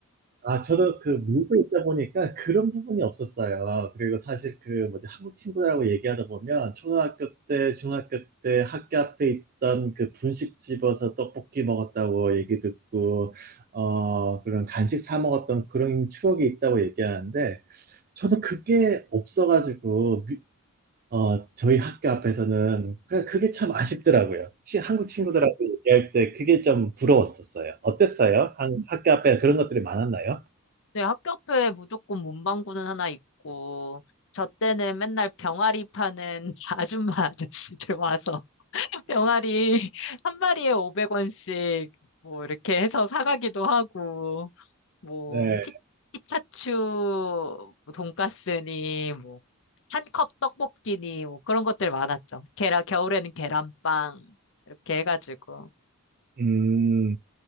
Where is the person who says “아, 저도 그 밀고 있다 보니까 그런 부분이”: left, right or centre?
Right